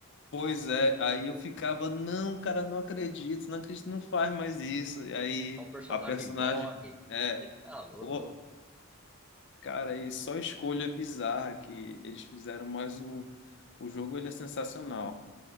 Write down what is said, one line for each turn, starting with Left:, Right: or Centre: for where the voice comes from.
Left: Pois é, aí eu ficava, não, cara, não acredito, não acredito, não faz mais isso. E aí
Centre: O personagem
Left: a personagem,
Centre: morre.
Left: é,
Centre: Você tá louco.
Left: pô, cara, e só escolha bizarra que eles fizeram, mas o, o jogo ele é sensacional.